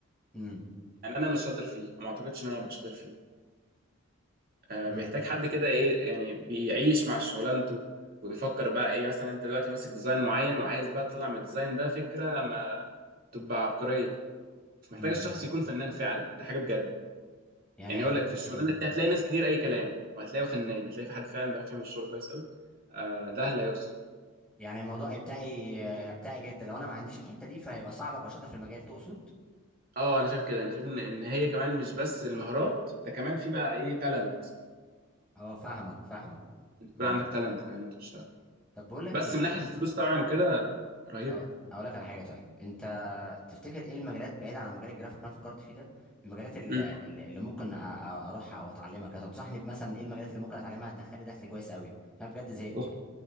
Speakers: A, in the centre; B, on the right.
A: امم
B: يعني انا مش شاطر فيه ما اعتقدش ان انا هبقى شاطر فيه آه
A: امم
B: بيحتاج حد كده ايه يعني بيعيش مع شغلانته وبيفكر بقى ايه مثلا انت دلوقتي ماسك ديزاين معين وعايز بقى تطلع من الديزاين ده فكره ما تبقى عبقريه فمحتاج
A: امم
B: الشخص يكون فنان فعلا ده حاجه بجد
A: يعني
B: يعني
A: هي
B: اقول
A: ال...
B: لك في الشغلانه
A: امم
B: دي هتلاقي ناس كتير اي كلام وهتلاقي فنان هتلاقي في حد فعلا بيعرف يعمل الشغل كويس قوي آه ده اللي هيوصل
A: يعني الموضوع ابداعي ابداعي جدا لو انا ما عنديش الحتة دي فهيبقى صعب ابقى شاطر في المجال تقصد
B: اه انا شايف كده انا شايف ان ان هي كمان مش بس المهارات ده كمان في بقى ايه تالنت
A: اه فاهمك فاهمك
B: يكون
A: امم
B: عندك تالنت كمان انت بتشتغل
A: طب بقول لك
B: بس
A: ايه
B: من ناحيه الفلوس طبعا وكده رهيبه
A: أو- اقول لك على حاجة طيب انت تفتكر ايه المجالات بعيدا عن مجال الجرافيك اللي انا فكرت فيه ده المجالات اللي,
B: امم
A: اللي ممكن أ- أ- اروحها او اتعلمها كده تنصحني بمثلا ايه المجالات اللي ممكن اتعلمها هتدخل لي دخل كويس قوي انا بجد زهقت
B: بص
A: يعني